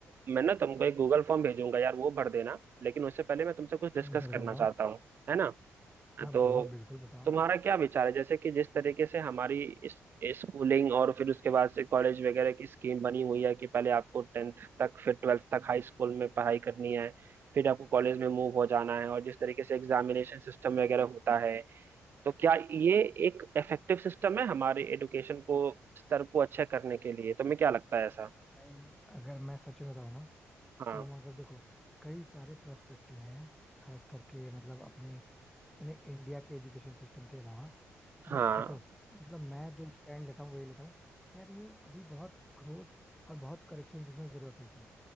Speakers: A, on the right; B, in the centre.
A: मैं ना तुमको एक गूगल फॉर्म भेजूंगा यार वो भर देना लेकिन उससे पहले मैं तुमसे कुछ डिस्कस
B: हाँ, भर
A: करना
B: दूंगा
A: चाहता हूँ है ना
B: हाँ
A: तो
B: बोलो बिल्कुल बताओ
A: तुम्हारा क्या विचार है जैसे कि जिस तरीके से हमारी इस स्कूलिंग और फिर उसके बाद से कॉलेज वगैरह की स्कीम बनी हुई है कि पहले आपको टेंथ तक फिर ट्वेल्थ तक हाई स्कूल में पढ़ाई करनी है फिर आपको कॉलेज में मूव हो जाना है और जिस तरीके से एग्जामिनेशन सिस्टम वगैरह होता है तो क्या ये एक इफेक्टिव सिस्टम है हमारे एडुकेशन को स्तर को अच्छा करने के लिए तुम्हें क्या लगता है ऐसा
B: भाई अगर मैं सच में बताऊँ ना
A: हाँ
B: तो मतलब देखो कई सारे प्रोस्पेक्टिव हैं खास करके मतलब अपने अपने इंडिया के एजुकेशन सिस्टम के अलावा
A: हाँ
B: बट देखो मतलब मैं जो स्टैंड लेता हूँ वही लेता हूँ कि यार ये अभी बहुत ग्रोथ और बहुत करेक्शन इसमें जरूरत है इसमें